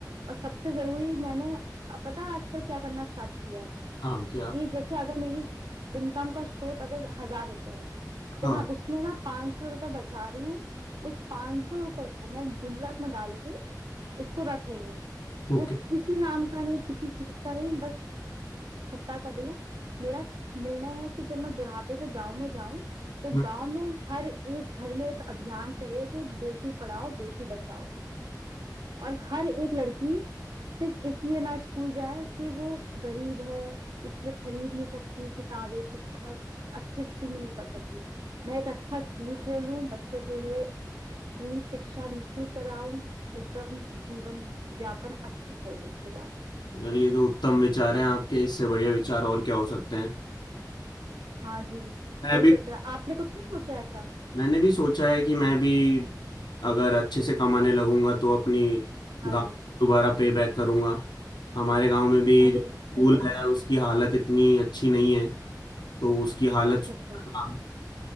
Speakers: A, on the right; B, on the left.
A: और सबसे जरूरी मैंने अब पता है आजकल क्या करना स्टार्ट किया है
B: हाँ क्या
A: कि जैसे अगर मेरी इनकम का स्रोत अगर हजार रुपए है तो
B: हाँ
A: मैं उसमें ना पांच सौ रुपए बचा रही हूँ उस पांच सौ रुपए को मैं गुल्लक में डाल के उसको रख रही हूँ
B: ओके
A: वो किसी नाम का नहीं किसी चीज का नहीं बस खट्टा कर रही हूँ मेरा निर्णय है कि जब मैं बुढ़ापे पे गांव में जाऊं तो
B: हम्म,
A: गांव में हर एक घर में एक अभियान चले कि बेटी पढ़ाओ बेटी बचाओ और हर एक लड़की सिर्फ इसलिए ना स्कूल जाए कि वो गरीब है इसलिए खरीद नहीं सकती किताबें पुस्तक अच्छे स्कूल में नहीं पढ़ सकती मैं एक अच्छा स्कूल खोलूं बच्चों के लिए पूरी शिक्षा निशुल्क कराऊं एकदम जीवन व्यापन अच्छे से हो उसके बाद
B: यार ये तो उत्तम विचार हैं आपके इससे बढ़िया विचार और क्या हो सकते हैं
A: हाँ जी
B: मैं
A: यही
B: भी
A: सोचा है आपने कुछ नहीं सोचा है ऐसा
B: मैंने भी सोचा है कि मैं भी अगर अच्छे से कमाने लगूंगा तो अपनी
A: हाँ
B: गांव
A: जी
B: दोबारा पे बैक करूंगा हमारे गांव में भी
A: अरे
B: जो स्कूल
A: सही है
B: है उसकी हालत इतनी अच्छी नहीं है तो उसकी हालत
A: अच्छा
B: सुधारना,
A: अच्छा